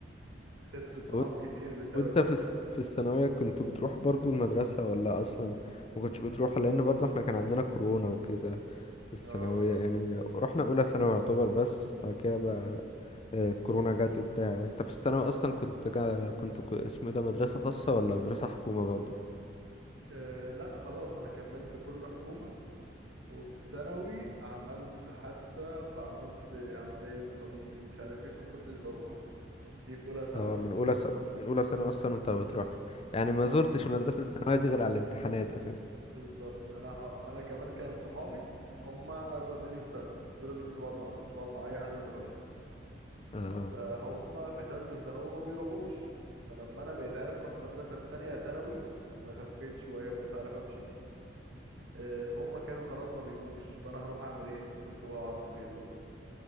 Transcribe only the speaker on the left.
و-
وانت
في الس- في الثانوية كنت بتروح برضو المدرسة ولا اصلا ما كنتش بتروح لان برضو احنا كان عندنا كورونا وكده في الثانوية
يعني رحنا اولى ثانوي يعتبر بس بعد كده بقى آه، الكورونا جت وبتاع انت في الثانوي اصلا كنت جا كنت ك- اسمه إيه ده مدرسة خاصة ولا مدرسة حكومة برضو
اه من اولى ثانوي من اولى ثانوي اصلا وانت ما بتروحش يعني
ما زرتش المدرسة الثانوية دي غير على الامتحانات اساسا
اه